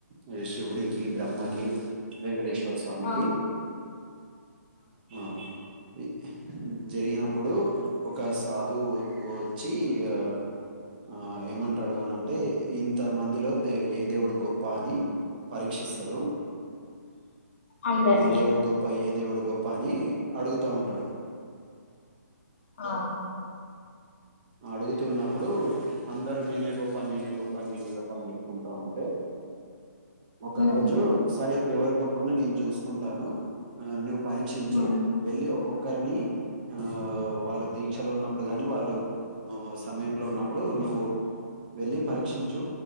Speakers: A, on the right (about 30°); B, on the left (about 40°).
A: ఇగ శివుడి కీ బ్రహ్మకి వెంకటేశ్వరస్వామికి
B: ఆ
A: ఆ ఇ జరిగినప్పుడు ఒక సాధువు వోచ్చి ఆ ఆ ఏమంటాడు అనన్ టే ఇంత మందిలో దే ఏ దేవుడు గొప్ప అని పరీక్షిస్తారు
B: అందరినీ
A: ఏ దేవుడు గొప్ప ఏ దేవుడు గొప్ప అని అడుగుతా ఉంటడు
B: ఆ
A: అడుగుతున్నప్పుడు అందరూ నేనే గొప్ప నేనే గొప్ప నేనే గొప్ప అని చేప్పుకుంటా ఉంటే ఒక
B: ఉమ్
A: రోజు సరే ఎవరు గొప్పనో నేను చూసుకుంటాను ఆ నువ్వు పరీక్షించు
B: ఉమ్
A: వెళ్ళి ఒక్కొక్కరిని ఆ వాళ్ళు దీక్షలో ఉన్నప్పుడు గాని వాళ్ళు ఉ సమయంలో ఉన్నప్పుడు నువ్వు వెళ్ళి పరీక్షించూ